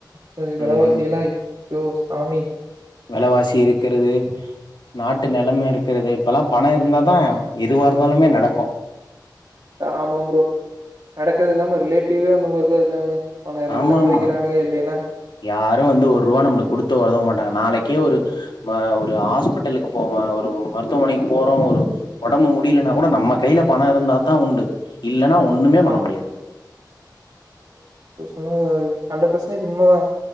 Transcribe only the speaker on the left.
ம்
வெலவாசி இருக்கிறது நாட்டு நிலைமை இருக்கிறது இப்ப எல்லாம் பணம் இருந்தா தான் எதுவா இருந்தாலுமே நடக்
ஆமா
ஆமா
யாரும் வந்து ஒரு ரூவா நம்ம கொடுத்து உதவமாட்டாங்க நாளைக்கே ஒரு ஒரு ஹாஸ்பிடலுக்கு போவான் ஒரு மருத்துவமனைக்கு போறோம் ஒரு உடம்பு முடியலன்னா கூட நம்ம கையில பணம் இருந்தாதான் உண்டு இல்லன்னா ஒண்ணுமே பண்ண
முடியாது